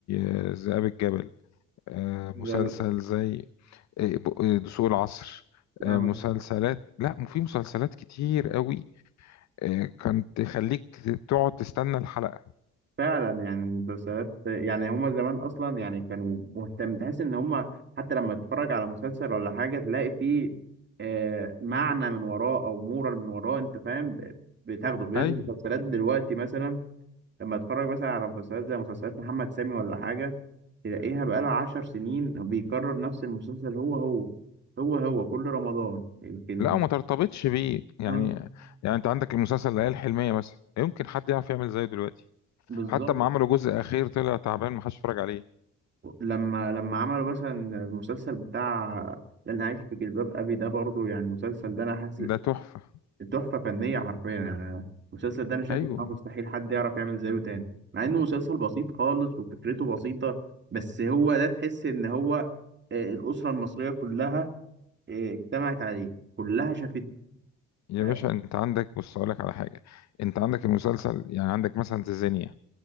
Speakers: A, on the left; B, on the right.
A: آه، ذئاب الجبل آه، مسلسل
B: جامد
A: زي آه، ب- آه، دسوق العصر آه،
B: اه
A: مسلسلات لا في مسلسلات كتير قوي آه، كانت تخليك تقعد تستنى الحلقة
B: فعلا يعني المسلسلات يعني هما زمان اصلا يعني كانوا مهتم تحس ان هما حتى لما تتفرج على مسلسل ولا حاجه تلاقي فيه آه معنى من وراه او مورال من وراه انت فاهم ب- بتاخده غير
A: ايوه
B: المسلسلات دلوقتي مثلا لما اتفرج مثلا على مسلسلات زي مسلسلات محمد سامي ولا حاجة تلاقيها بقالها عشر سنين بيكرر نفس المسلسل هو هو هو هو كل رمضان يمكن
A: لا وما ترتبطش بيه يعني
B: اه
A: يعني انت عندك المسلسل العيال الحلمية مثلا يمكن حد يعرف يعمل زيه دلوقتي
B: بالظبط
A: حتى ما عملوا جزء اخير طلع تعبان محدش اتفرج عليه
B: لما لما عملوا مثلا المسلسل بتاع لن أعيش في جلباب أبي ده برضه يعني المسلسل ده أنا حاسس
A: ده تحفة
B: تحفة فنية حرفيا يعني المسلسل ده أنا شايف
A: ايوه
B: إن هو مستحيل حد يعرف يعمل زيه تاني مع إنه مسلسل بسيط خالص وفكرته بسيطة بس هو ده تحس إن هو آه، الأسرة المصرية كلها إيه، اجتمعت عليه كلها شافته
A: يا
B: آه،
A: باشا انت عندك بص اقول لك على حاجه انت عندك المسلسل يعني عندك مثلا تنزانيا